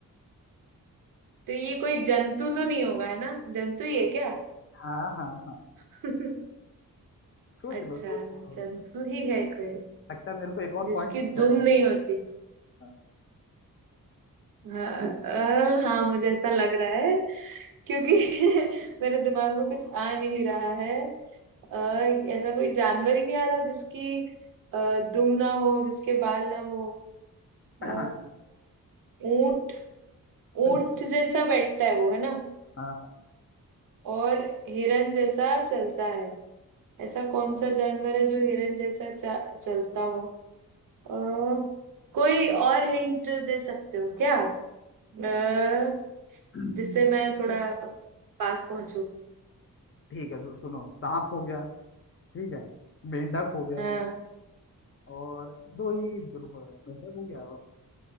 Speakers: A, on the right; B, on the left.
A: तो ये कोई जंतु तो नहीं होगा है ना जंतु ही है क्या
B: हाँ हाँ हाँ
A: <laughs>
B: सोच
A: अच्छा
B: लो सोच
A: जंतु
B: लो
A: ही है कोई
B: लगता है मेरे को एक और
A: जिसकी
B: पॉइंट मिल
A: दुम
B: जाएगा
A: नहीं होती
B: हाँ।
A: हाँ अ, हाँ मुझे ऐसा लग रहा है क्योंकि <laughs> मेरे दिमाग में कुछ आ नहीं रहा है आ, ऐसा कोई जानवर ही नहीं आ रहा जिसकी अ, दुम ना हो जिसके बाल ना हो अ,
B: हाँ, हाँ,
A: ऊंट
B: हाँ,
A: ऊंट जैसा बैठता है वो है ना
B: हाँ, हाँ,
A: और हिरन जैसा चलता है ऐसा कौन सा जानवर है जो हिरन जैसा चा- चलता हो अ, कोई और हिंट दे सकते हो क्या अ,
B: हम्म,
A: जिससे मैं थोड़ा पास पहुंचू
B: ठीक है तो सुनो सांप हो गया ठीक है मेंढक हो गया
A: हाँ
B: और दो ही रुको मेंढक हो गया और